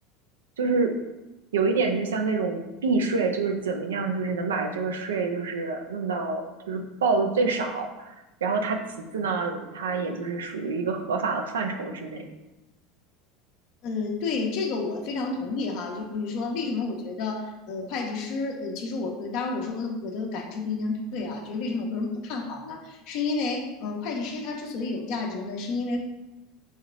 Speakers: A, on the right (about 75°); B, on the left (about 55°).
A: 就是有一点就像那种避税，就是怎么样，就是能把这个税就是弄到就是报的最少，然后他其次呢，他也就是属于一个合法的范畴之内。
B: 呃，对，这个我非常同意哈，就是说为什么我觉得呃会计师呃，其实我呃当然我说的我的感知不一定对啊，就是为什么我个人不看好呢？是因为呃会计师他之所以有价值呢，是因为